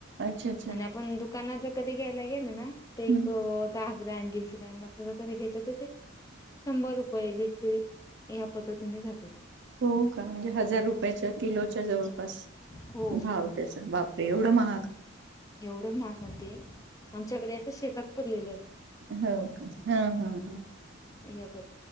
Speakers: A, on the right; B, on the left.
A: अच्छा अच्छा
B: आणि आपण दुकानात ज कधी घ्यायला गेल ना
A: हम्म
B: तर एक दहा ग्रॅम वीस ग्रॅम घेत ते शंभर रुपये दीडशे या पद्धतीने जातात.
A: हो का म्हणजे हजार रुपयाच्या किलोच्या जवळ पास
B: हो
A: भाव त्याच बापरे एवढं महाग?
B: एवढं महाग अन ते आमच्याकडे असं शेतात पडलेलं राहतं.
A: होव का हां हां हा.
B: ह्या पद्ध